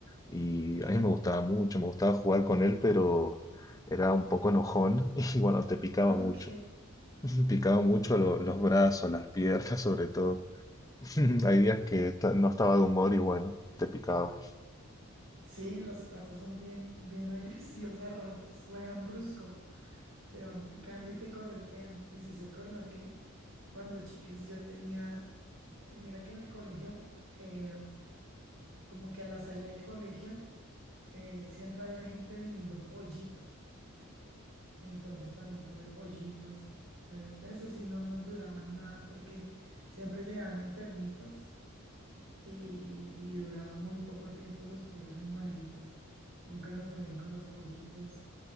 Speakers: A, on the left (about 15°); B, on the right (about 70°).
A: Y a mí me gustaba mucho, me gustaba jugar con él, pero era un poco enojón <laughs> y bueno, te picaba
B: Ok.
A: mucho. Picado mucho lo- los brazos, las piernas, sobre todo. <laughs> Hay días que esta- no estaba de humor y bueno, te picaba.
B: Sí, los patos son bien, bien <laughs> agresivos a ratos, juegan brusco, te van picando y te corretean. Me hiciste acordar que cuando chiquis yo tenía, eh, mira que en el colegio, eh, como que a la salida del colegio, eh, siempre había gente vendiendo pollitos. Entonces también tuve pollitos. Eh, pues, Eso sí, no nos duraban nada porque siempre llegaban enfermitos y, y duraban muy poco tiempo los pobres animalitos. Nunca nos fue bien con los pollitos.